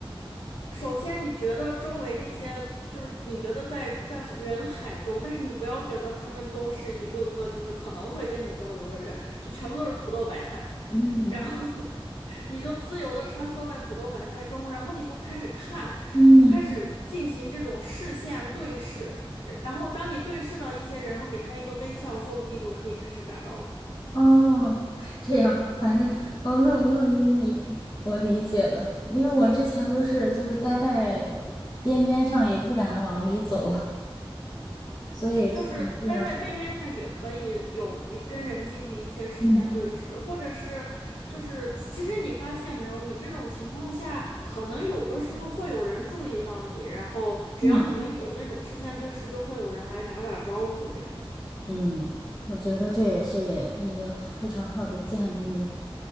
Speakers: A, on the left; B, on the left.
A: 首先你觉得周围那些。就是你觉得在在人海中，但是你不要觉得他们都是一个个就是可能会跟你交流的人，就全部都是土豆白菜。
B: 嗯
A: 然后 <laughs> 你就自由的穿梭在土豆白菜中，然后你就开始看，
B: 嗯，
A: 你就开始进行这种视线对视，然后当你对视到一些人，然后给他一个微笑，说不定就可以开始打招呼。
B: 哦，是这样，反正哦，那我那你我理解了，因为我之前都是就是待在边边上，也不敢往里走，<laughs> 所以可能这样。
A: 就就是待在边边上也可以有有跟人进行一些视线对视，
B: 嗯
A: 或者是就是其实你发现没有，你这种情况下，可能有的时候会有人注意到你，然后只要你们有那种视线对视，
B: 嗯
A: 就会有人来打打招呼这样。
B: 嗯，我觉得这也是一个非常好的建议。